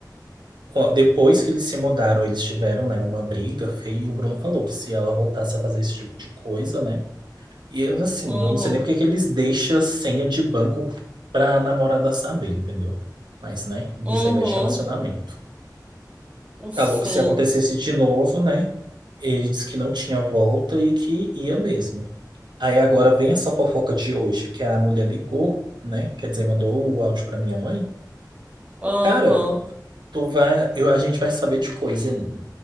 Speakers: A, on the right; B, on the right.
A: qua- depois que eles se mudaram, eles tiveram, né, uma briga feia, e o Bruno falou que se ela voltasse a fazer esse tipo de coisa, né? E eu, assim,
B: Uhum,
A: eu não sei nem porque que eles deixam a senha de banco pra namorada saber, entendeu? Mas, né, isso
B: uhum,
A: aí vai de relacionamento.
B: enfim.
A: Falou que se acontecesse de novo, né, ele disse que não tinha volta e que ia mesmo. Aí agora vem essa fofoca de hoje, que a mulher ligou, né? Quer dizer, mandou o áudio pra minha mãe.
B: Uhum.
A: Cara, tu vai, eu, a gente vai saber de coisa ainda.